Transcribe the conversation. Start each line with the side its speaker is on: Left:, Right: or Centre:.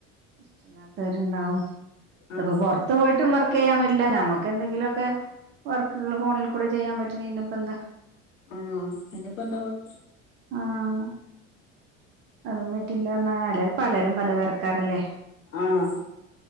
Right: ഇഷ്ടല്ലാത്തവരുണ്ടാവും ഇതിപ്പോ
Left: ആഹ്
Right: പൊറത്ത് ഇന്ന് പോയിട്ടും വർക്കെയ്യാൻ പറ്റില്ല നമ്മക്കെന്തെങ്കിലുമൊക്കെ വർക്കുകൾ ഫോണിൽ കൂടെ ചെയ്യാൻ പറ്റണേനിപ്പെന്താ
Left: ആഹ് ഇനിയിപ്പോ എന്താ കൊഴപ്പം
Right: ആഹ് അതും പറ്റില്ലാന്നാണെന്നാല് പലരും പലതരക്കാരല്ലേ
Left: ആഹ്